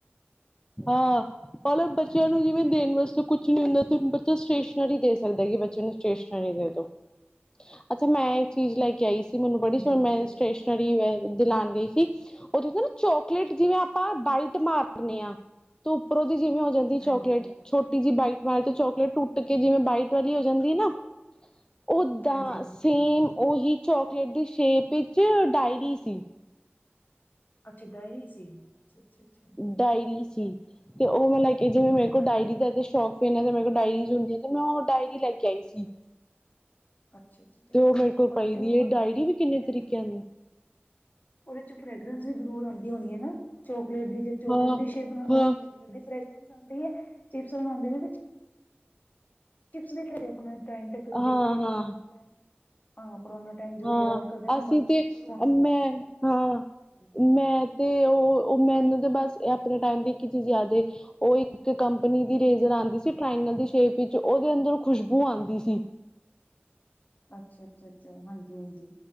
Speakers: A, on the left; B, on the left.
A: ਹਾਂ। ਮਨਲੋ ਬੱਚੇਆਂ ਨੂੰ ਜਿਵੇਂ ਦੇਨ ਵਾਸਤੇ ਕੁਛ ਨੀ ਹੁੰਦਾ, ਤੇ ਬੱਚਾ ਸਟੇਸ਼ਨਰੀ ਦੇ ਸਕਦਾ ਏ ਬੱਚੇ ਨੂੰ। ਸਟੇਸ਼ਨਰੀ ਦੇ ਦੋ। ਅੱਛਾ ਮੈਂ ਇੱਕ ਚੀਜ਼ ਲੈ ਕੇ ਆਈ ਸੀ ਮੈਨੂੰ ਬੜੀ
B: ਹਾਂਜੀ
A: ਸੋਨ
B: ਹਾਂਜੀ।
A: ਨਈਸ ਸਟੇਸ਼ਨਰੀ ਲਿਆਂਦੀ ਸੀ, ਓਦੇ ਤੇ ਨਾ ਚੋਕਲੇਟ ਜਿਵੇਂ ਆਪਾਂ ਬਾਈਟ ਮਾਰ ਦੀਨੇਂ ਆ ਤੇ ਉੱਪਰੋਂ ਜਿਵੇਂ ਹੋ ਜਾਂਦੀ ਚੋਕਲੇਟ
B: ਹਾਂਜੀ ਹਾਂਜੀ
A: ਛੋਟੀ ਜੀ ਬਾਈਟ ਮਾਰ ਤੋਂ ਚੋਕ ਟੁੱਟ ਕੇ ਜਿਵੇਂ ਬਾਈਟ ਵਾਲੀ ਹੋ ਜਾਂਦੀ ਨਾ, ਓਦਾਂ
B: ਹਾਂਜੀ ਹਾਂਜੀ
A: ਸੇਮ
B: ਹਾਂਜੀ
A: ਓਹੀ ਚੋਕਲੇਟ ਦੀ ਸ਼ੇਪ ਵਿੱਚ ਡਾਇਰੀ ਸੀ।
B: ਅੱਛਾ ਗਈ ਸੀ ਅੱਛਾ ਅੱਛਾ ਅੱਛਾ।
A: ਡਾਇਰੀ ਤੇ ਉਹ ਮੈਂ ਲੈ ਕੇ ਜਿਵੇਂ ਮੇਰੇ ਕੋਲ ਡਾਇਰੀ ਦਾ ਸ਼ੋਕ ਸੀ ਨਵੀਂ- ਨਵੀਂ ਡਾਇਰੀਜ਼ ਹੁੰਦੀ ਆ ਤੇ ਮੈਂ ਉਹ ਡਾਇਰੀ ਲੈ ਕੇ ਆਈ ਸੀ।
B: ਅੱਛਾ ਅੱਛਾ
A: ਤੇ ਉਹ ਮੇਰੇ ਕੋਲ
B: ਉਹਦੇ
A: ਪਈ
B: ਚ ਉਹਦੇ
A: ਦੀ ਇਹ ਡਾਇਰੀ
B: ਚੋ
A: ਵੀ ਕਿੰਨੇ
B: ਫਰਾਗਰਾਂਸ
A: ਤਰੀਕਿਆਂ ਦੀ
B: ਉਹਦੇ ਚ ਫੇਗਰੈਂਸ ਵੀ ਜ਼ਰੂਰ ਆਉਂਦੀ ਹੋਣੀ ਨਾ ਚੋਕਲੇਟ ਦੀ ਜੇ ਚੋਕਲੇਟ
A: ਹਾਂ
B: ਦੀ ਸ਼ੇਪ ਬਣਾਉਂਦੇ
A: ਹਾਂ
B: ਨੇ ਚੋਕਲੇਟ ਦੀ ਫਗਰੈਂਸ ਕੇਂਦੇ ਚਿਪਸ ਬਣਾਉਂਦੇ ਨੇ ਤੇ ਫਿਰ ਆਪਣੇ ਟਾਈਮ ਤੇ ਕਦੇ
A: ਹਾਂ
B: ਦੇਖੇ ਨੀ
A: ਹਾਂ
B: ਪੁਰਾਣੇ ਟਾਈਮ ਪੁਰਾਣਾ ਟਾਈਮ ਜਦੋਂ
A: ਹਾਂ
B: ਯਾਦ ਕਰਦੇ ਆ ਨਾ
A: ਅਸੀਂ
B: ਬੜਾ
A: ਤੇ
B: ਰੋਣਾ
A: ਮੈਂ
B: ਜਿਹਾ ਆਉਂਦਾ
A: ਹਾਂ
B: ਹੈ।
A: ਮੈਂ ਤੇ ਉਹ ਉਹ ਮੈਨੂੰ ਤੇ ਬਸ ਆਪਣੇ ਟਾਈਮ ਦੀ ਇੱਕ ਹੀ ਚੀਜ਼ ਯਾਦ ਉਹ ਇੱਕ ਕੰਪਨੀ ਦੀ ਰੇਜਰ ਆਉਂਦੀ ਸੀ ਦੀ ਸ਼ੇਪ ਵਿੱਚ ਉਹਦੇ ਅੰਦਰ ਖੁਸ਼ਬੂ ਆਉਂਦੀ ਸੀ
B: ਅੱਛਾ ਅੱਛਾ ਅੱਛਾ ਹਾਂਜੀ ਹਾਂਜੀ